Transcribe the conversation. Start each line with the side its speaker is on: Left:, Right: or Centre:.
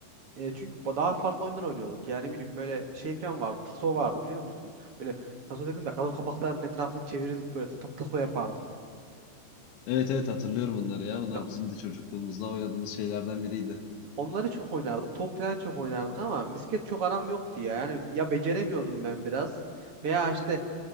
Right: E, çünkü ba- daha farklı oyunlar oynuyorduk. Yani ne bileyim böyle şey falan vardı. Taso vardı biliyor musun? Böyle taso dedim de gazoz kapaklarının etrafını çevirirdik böyle ta- taso yapardık.
Left: Evet evet hatırlıyorum onları ya. Onlar
Right: Ya,
Left: bizim de çocukluğumuzda oynadığımız şeylerden biriydi.
Right: onları çok oynardık. Top falan çok oynardık ama misket çok aram yoktu ya. Yani ya beceremiyordum ben biraz veya işte